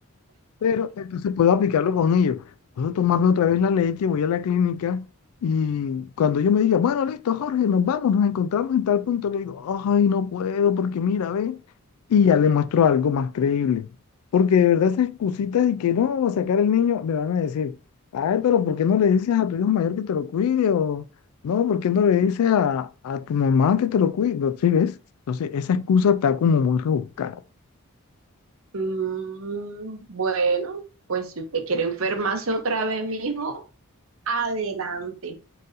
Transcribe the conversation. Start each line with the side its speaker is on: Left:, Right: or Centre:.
Left: Pero entonces puedo aplicarlo con ellos. Puedo tomarme otra vez la leche, voy a la clínica y cuando yo me diga, bueno, listo, Jorge, nos vamos, nos encontramos en tal punto, le digo, ay, no puedo porque mira, ve, y ya le muestro algo más creíble. Porque de verdad esas excusitas de que no va a sacar el niño, me van a decir, ay, pero ¿por qué no le dices a tu hijo mayor que te lo cuide? O no, ¿por qué no le dices a, a tu mamá que te lo cuide? No, ¿Sí ves? Entonces esa excusa está como muy rebuscada.
Right: Mm, bueno, pues si usted quiere enfermarse otra vez, mijo, adelante.